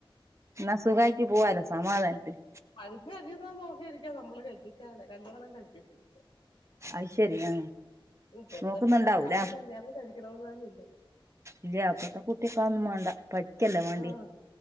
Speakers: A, on the right; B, on the left.
A: എന്നാ സുഖായിട്ട് പോവാലോ സമാധാനത്തിന്
B: അതിപ്പോ നോക്കിയിരിക്ക നമ്മള് കെട്ടിക്കാന് കല്ലയാണം കഴിപ്പിക്കണ്ട്
A: അത് ശരി ആ
B: ഇപ്പഴത്തെ
A: നോക്കുന്നുണ്ടാവൂല
B: പിള്ളേർക്ക് ആർക്കും കല്യാണം കഴിക്കണമെന്ന് തന്നെല്ല
A: ഇല്ല അപ്പത്തെ കുട്ടെക്ക് അഹ് ഒന്നും വേണ്ട പഠിക്കല്ലേ മണ്ടിയെ
B: ആ